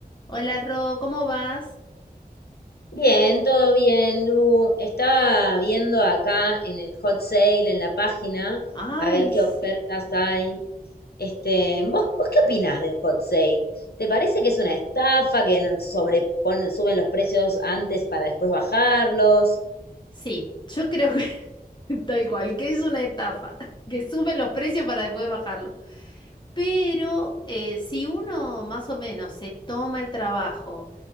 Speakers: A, on the left; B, on the left.
A: Hola Ro, ¿cómo vas?
B: Bien, todo bien, Lu. Estaba viendo acá en el hot sale, en la página,
A: Ay,
B: a ver qué
A: sí.
B: ofertas hay. Este, ¿vos, vos qué opinás del hot sale? ¿Te parece que es una estafa, que nos sobrepone- suben los precios antes para después bajarlos?
A: Sí, yo creo que <laughs> tal cual, que es una estafa, <laughs> que suben los precios para después bajarlo. Pero eh, si uno más o menos se toma el trabajo